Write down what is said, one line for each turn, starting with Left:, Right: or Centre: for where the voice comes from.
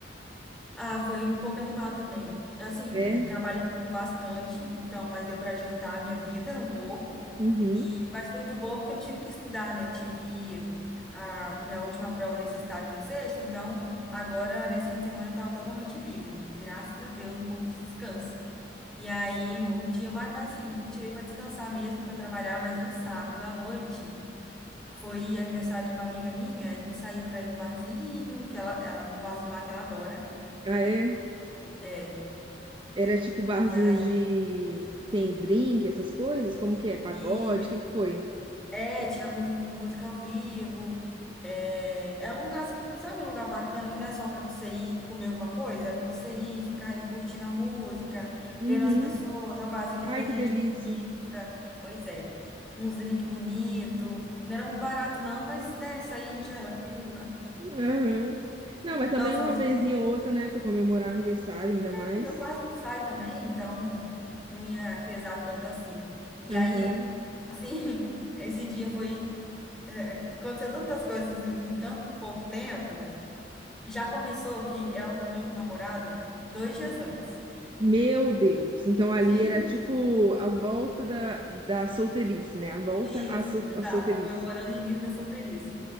Centre: Ah, foi um pouco animal também. Assim,
Right: É?
Centre: trabalhei bastante, então, mas deu para adiantar a minha vida um pouco.
Right: Uhum.
Centre: E, mas foi de boa porque eu não tive que estudar, né? Tive a minha última prova desse estágio na sexta, então agora, nesse fim de semana, eu estava totalmente livre. Graças a Deus, um pouco de descanso. E aí, o dia mais, mas assim, tirei para descansar mesmo, para trabalhar, mas no sábado à noite foi aniversário de uma amiga minha, a gente saiu para ir no barzinho, que ela, ela, um barzinho lá que ela adora.
Right: Ah, é?
Centre: É,
Right: Era tipo barzinho
Centre: E aí,
Right: de... Tem drink, essas coisas? Como que é? Pagode?
Centre: isso.
Right: O que que foi?
Centre: É, tinha música, música ao vivo. É, é um lugar assim, sabe, um lugar bacana que não é só para você ir comer alguma coisa, é para você ir ficar ali curtindo a música,
Right: Uhum.
Centre: vendo as pessoas. É um barzinho que
Right: Ai,
Centre: tem
Right: que
Centre: gente
Right: delícia.
Centre: bonita. Pois é, uns drinks bonito. Não era muito barato, não, mas né, isso aí a gente releva.
Right: Aham. Não, mas também
Centre: Nossa,
Right: uma
Centre: mas
Right: vezinha ou outra, né, pra comemorar o aniversário, ainda mais.
Centre: é, eu quase não saio também, então não ia pesar tanto assim. E
Right: Aham.
Centre: aí, assim, <laughs> esse dia foi. é, aconteceu tantas coisas em tanto pouco tempo. Já começou que ela terminou com o namorado dois dias antes.
Right: Meu Deus. Então ali
Centre: Sim.
Right: era tipo a volta da, da solteirice, né? A volta
Centre: Isso,
Right: à, sol,
Centre: exato,
Right: à solteirice.
Centre: comemorando o início da solteirice.